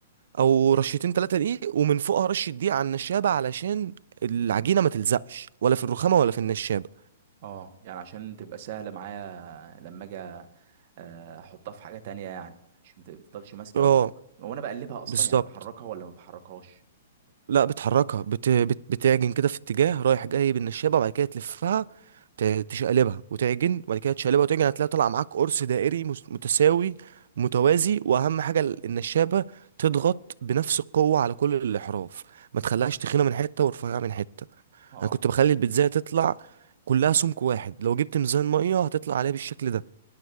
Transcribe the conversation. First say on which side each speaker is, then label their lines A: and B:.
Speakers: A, on the right; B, on the right.
A: او رشتين تلاتة دقيق ومن فوقها رشة دقيق على النشابة علشان العجينة ما تلزقش ولا في الرخامة ولا في النشابة
B: اه يعني عشان تبقى سهلة معايا لما اجي آه، احطها في حاجة تانية يعني عشان ما تفضلش ماسكة
A: اه
B: و... وانا بقلبها اصلا
A: بالظبط
B: يعني بحركها ولا ما بحركهاش
A: لا بتحركها بت... بت... بتعجن كده في اتجاه رايح جاي بالنشابة وبعد كده تلفها ت... تشقلبها وتعجن وبعد كده تشقلبها وتعجن هتلاقي طالع معاك قرص دائري مس- متساوي متوازي واهم حاجة ال- النشابة تضغط بنفس القوة على كل الأحراف ما تخليهاش تخينة من حتة ورفيعة من حتة
B: اه
A: انا كنت بخلي البيتزاية تطلع كلها سمك واحد لو جبت ميزان ميه هتطلع عليها بالشكل ده